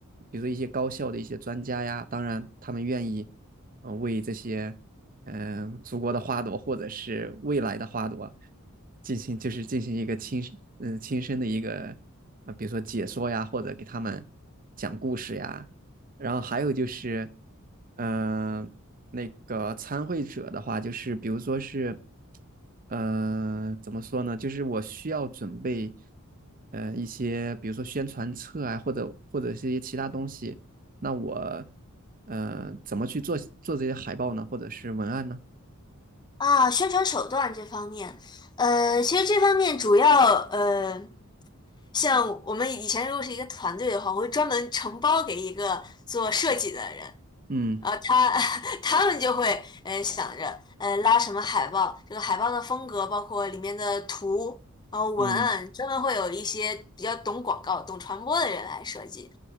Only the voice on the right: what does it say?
比如说一些高校的一些专家呀，当然他们愿意，呃，为这些。嗯、呃祖国的花朵或者是未来的花朵进行就是进行一个亲嗯、呃亲身的一个呃比如说解说呀，或者给他们讲故事呀，然后还有就是嗯、呃那个参会者的话，就是比如说是呃怎么说呢，就是我需要准备呃一些比如说宣传册啊，或者或者是一些其他东西。那我呃怎么去做做这些海报呢，或者是文案呢？
嗯
嗯